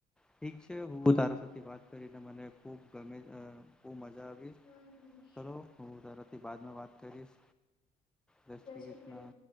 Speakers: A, in the centre; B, on the left.
A: ઠીક છે હું
B: હા
A: તારા સાથે વાત કરી અને મને ખૂબ ગમ્યું. ખૂબ મજા આવી
B: હમ
A: ચલો હું તારાથી બાદમાં વાત કરીશ. જયશ્રી
B: જય શ્રી
A: કૃષ્ણ